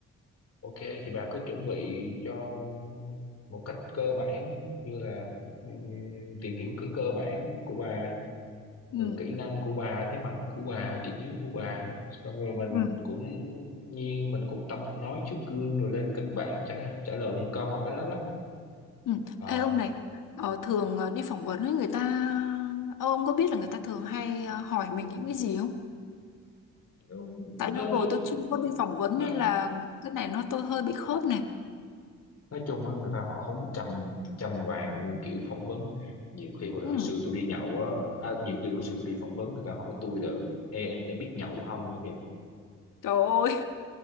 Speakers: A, on the left; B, on the left.
A: ok thì bà cứ chuẩn bị cho một cách cơ bản như là ừm, tìm hiểu cái cơ bản của bà
B: ừ.
A: rồi kỹ năng của bà thế mạnh của bà điểm yếu của bà xong rồi mình
B: ừ
A: cũng nhiên mình cũng tập nói trước gương rồi lên kịch bản trả trả lời những câu hỏi đó đó
B: Ừ.
A: ờ
B: Ê ông này ờ, thường ờ, đi phỏng vấn với người ta ờ, ông có biết là người ta thường hay ờ, hỏi mình những cái gì không?
A: nó,
B: Tại lâu
A: nó,
B: rồi tôi chưa có đi phỏng vấn
A: nó
B: nên là cái này nó tôi hơi bị khớp này.
A: nói chung á người ta họ không chăm chăm vàng muôn kiểu phỏng vấn nhiều khi hồi,
B: Ừ.
A: hồi xưa tôi đi nhậu á à, nhiều khi hồi xưa tôi đi phỏng vấn người ta hỏi tôi là Ê, em em biết nhậu không nữa kìa
B: Trời ơi,